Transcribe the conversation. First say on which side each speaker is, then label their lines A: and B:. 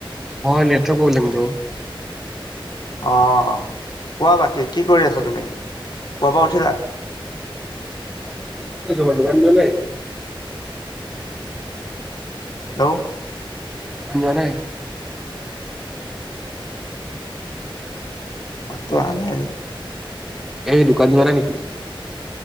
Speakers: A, in the centre; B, on the left.
A: হয় নেটৰ প্ৰব্লেম ব্ৰ।
B: অঁ কোৱা বাকী কি কৰি আছা তুমি, শুৱাৰ পৰা উঠিলা।
A: <unintelligible>
B: হেল্ল'।
A: তুমি যোৱা নাই।
B: মাতটো আহা নাই।
A: এই দোকান যোৱা নাই নেকি।